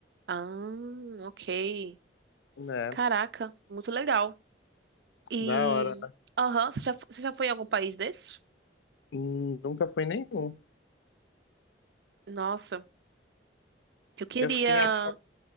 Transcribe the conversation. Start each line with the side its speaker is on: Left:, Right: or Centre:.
Right: Ah, ok.
Left: Né?
Right: Caraca, muito legal. E.
Left: Da hora.
Right: Aham, você já, fo- você já foi em algum país desses?
Left: Hum, Nunca fui nenhum.
Right: Nossa, eu queria.
Left: Eu fiquei a-